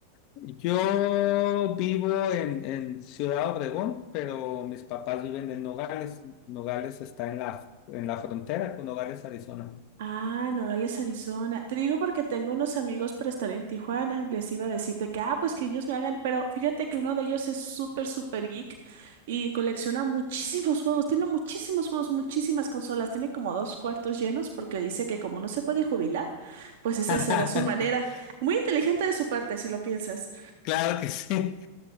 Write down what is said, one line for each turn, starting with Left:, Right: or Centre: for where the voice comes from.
Left: Yo vivo en, en Ciudad Obregón, pero mis papás viven en Nogales. Nogales está en la, en la frontera con Nogales, Arizona.
Right: Ah, Nogales, Arizona. Te digo porque tengo unos amigos pero están en Tijuana. Les iba a decirte que, ah, pues que ellos me hagan, pero fíjate que uno de ellos es súper, súper geek y colecciona muchísimos juegos. Tiene muchísimos juegos, muchísimas consolas. Tiene como dos cuartos llenos porque dice que como no se puede jubilar, pues esa
Left: <laughs>
Right: será su manera. Muy inteligente de su parte, si lo piensas.
Left: Claro que sí.